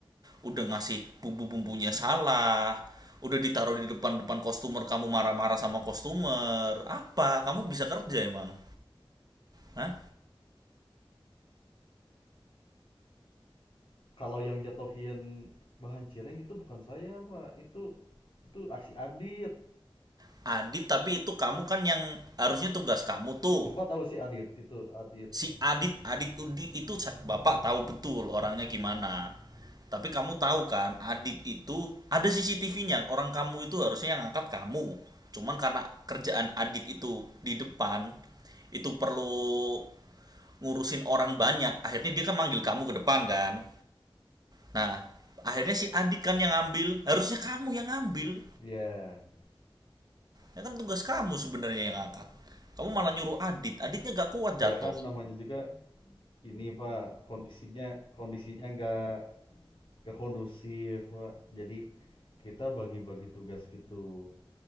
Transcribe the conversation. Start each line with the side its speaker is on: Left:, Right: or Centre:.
Right: udah ngasih bumbu-bumbunya salah udah ditaruh di depan-depan kostumer kamu marah-marah sama kostumer apa kamu bisa kerja emang Hah?
Left: Kalau yang jatuhin bahan cireng itu bukan saya Pak, itu itu ah, si Adit.
Right: Adit tapi itu kamu kan yang harusnya tugas kamu tuh
Left: Bapak tahu si Adit, itu Adit.
Right: si Adit Adit itu bapak tahu betul orangnya gimana tapi kamu tahu kan Adit itu ada CCTV-nya orang kamu itu harusnya yang angkat kamu cuman karena kerjaan Adit itu di depan itu perlu ngurusin orang banyak akhirnya dia kan manggil kamu ke depan kan nah akhirnya si Adit kan yang ngambil harusnya kamu yang ngambil
Left: Iya.
Right: ya kan tugas kamu sebenarnya yang angkat kamu malah nyuruh Adit Aditnya gak kuat jatuh
Left: Ya kan namanya juga ini Pak kondisinya kondisinya nggak nggak kondusif Pak. Jadi kita bagi-bagi tugas gitu.